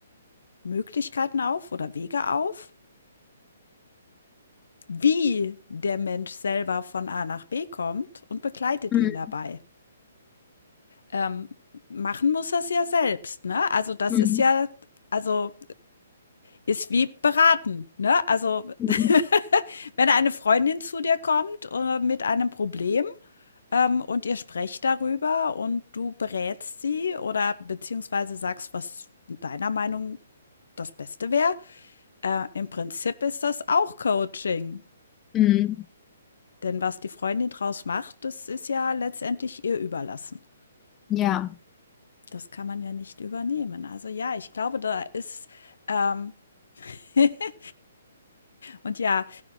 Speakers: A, on the left; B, on the left.
A: Möglichkeiten auf oder Wege auf, wie der Mensch selber von A nach B kommt und begleitet
B: mm,
A: ihn dabei. Ähm, machen muss er es ja selbst, ne? Also das
B: mm,
A: ist ja, also ist wie beraten, ne? Also
B: mm,
A: <laughs> wenn eine Freundin zu dir kommt oder mit einem Problem Ähm, und ihr sprecht darüber und du berätst sie oder beziehungsweise sagst, was deiner Meinung das Beste wäre. Äh, im Prinzip ist das auch Coaching,
B: mm,
A: denn was die Freundin draus macht, das ist ja letztendlich ihr überlassen.
B: <laughs> ja.
A: Das kann man ja nicht übernehmen. Also ja, ich glaube, da ist ähm, <laughs> und ja,